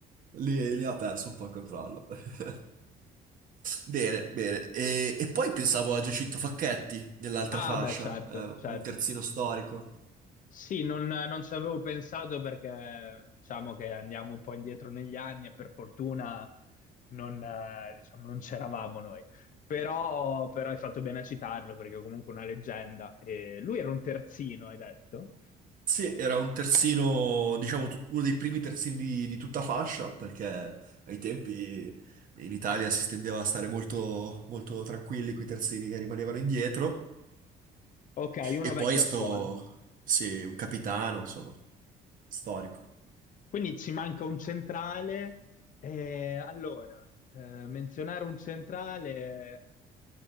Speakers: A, on the right; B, on the left.
A: lì- lì ha perso un po' il controllo. <laughs> Bene, bene. E, e poi pensavo a Giacinto Facchetti nell'altra
B: Ah,
A: fascia,
B: beh, certo,
A: eh,
B: certo.
A: un terzino storico.
B: Sì, non, non ci avevo pensato perché diciamo che andiamo un po' indietro negli anni e per fortuna non, eh, diciamo, non c'eravamo noi. Però, però hai fatto bene a citarlo perché è comunque una leggenda. E lui era un terzino, hai detto?
A: Sì, era un terzino, diciamo, tut- uno dei primi terzini di, di tutta fascia, perché ai tempi in Italia si tendeva a stare molto, molto tranquilli con i terzini che rimanevano indietro.
B: Ok, uno
A: E
B: vecchio
A: poi è stato,
B: a scuola.
A: sì, un capitano, insomma, storico.
B: Quindi ci manca un centrale. eh, allora, eh, menzionare un centrale.